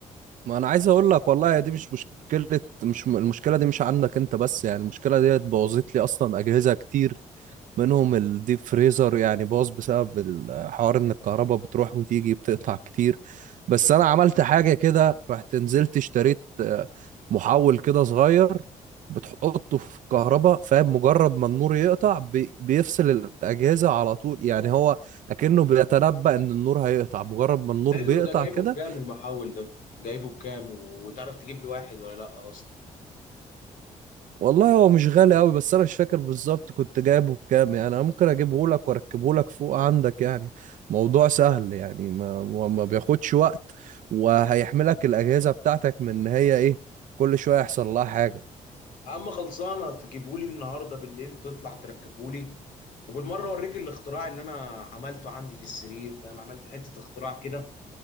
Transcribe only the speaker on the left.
حلو
ده جايبه
بكام المحول ده جايبه بكام و- وتعرف تجيب لي واحد ولا لا اصلا
يا عم خلصانه تجيبه لي النهارده بالليل تطلع تركبه لي وبالمره اوريك الاختراع اللي انا عملته عندي في السرير فاهم عملت حته اختراع كده